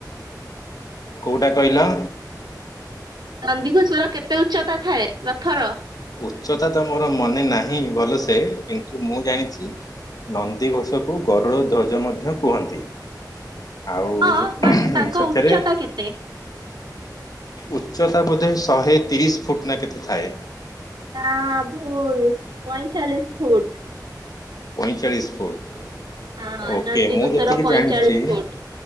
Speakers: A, on the left (about 60°); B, on the right (about 80°).
A: କୋଉଟା କହିଲ?
B: ନନ୍ଦିଘୋଷର କେତେ ଉଚ୍ଚତା ଥାଏ ରଥର?
A: ଉଚ୍ଚତା ତ ମୋର ମନେ ନାହିଁ ଭଲସେ କିନ୍ତୁ ମୁଁ ଜାଣିଛି ନନ୍ଦିଘୋଷକୁ ଗରୁଡ଼ ଧ୍ୱଜ ମଧ୍ୟ କୁହନ୍ତି। ଆଉ
B: ହଁ ବଟ୍ ତାଙ୍କ
A: ସେଥିରେ
B: ଉଚ୍ଚତା କେତେ?
A: ଉଚ୍ଚତା ବୋଧେ ଶହେ ତିରିଶ ଫୁଟ୍ ନା କେତେ ଥାଏ।
B: ନା ଭୁଲ ପଇଁଚାଳିଶ ଫୁଟ।
A: ପଇଁଚାଳିଶ ଫୁଟ
B: ହଁ
A: ଓକେ
B: ନନ୍ଦିଘୋଷର
A: ମୁଁ ଯେତିକି
B: ପଇଁଚାଳିଶ
A: ଜାଣିଛି
B: ଫୁଟ।